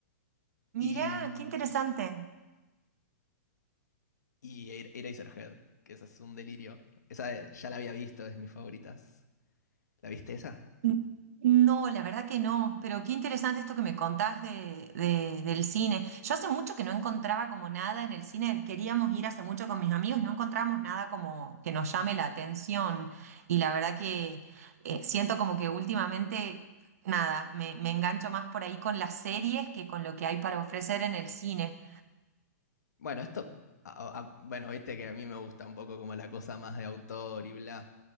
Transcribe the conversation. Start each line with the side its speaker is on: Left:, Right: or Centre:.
Right: Mirá,
Left: y...
Right: qué interesante.
Left: Y Er- Eraserhead, que esa es un delirio. Esa eh, ya la había visto, es de mis favoritas. ¿La viste esa?
Right: N- No, la verdad que no, pero qué interesante esto que me contás de, de- del cine. Yo hace mucho que no encontraba como nada en el cine, queríamos ir hace mucho con mis amigos y no encontramos nada como que nos llame la atención. Y la verdad que eh, siento como que últimamente, nada, me, me engancho más por ahí con las series que con lo que hay para ofrecer en el cine.
Left: Bueno, esto, a- a- bueno, viste que a mí me gusta un poco como la cosa más de autor y bla.